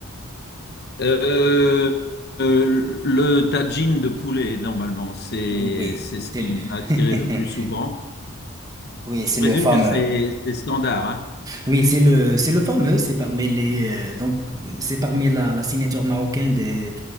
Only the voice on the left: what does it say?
Euh, euh, le tagine de poulet, normalement, c'est
c'est ce qui
m'a attiré
le plus souvent.
Je présume
que c'est c'est standard, hein.